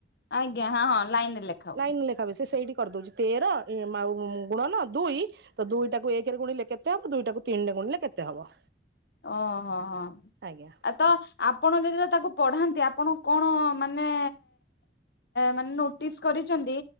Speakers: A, on the left (about 60°); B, on the right (about 60°).
A: ଆଜ୍ଞା ହଁ ହଁ ଲାଇନ ରେ ଲେଖା। ହୁଏ
B: ଲାଇନ ଲେଖା ବ ସେ ସେଇଠି କରିଦଉଛି ତେର ଆଉ ଗୁଣ ନ ଦୁଇ ତ ଦୁଇଟାକୁ ଏକରେ ଗୁଣିଲେ କେତେ ହବ ଦୁଇଟାକୁ ତିନିରେ ଗୁଣିଲେ କେତେ ହବ?
A: ଓହୋ ହୋ
B: ଆଜ୍ଞା।
A: ଆ ତ ଆପଣ ଯଦିତ ତାକୁ ପଢାନ୍ତି ଆପଣ କଣ ମାନେ ମାନେ ନୋଟିସ୍ କରିଛନ୍ତି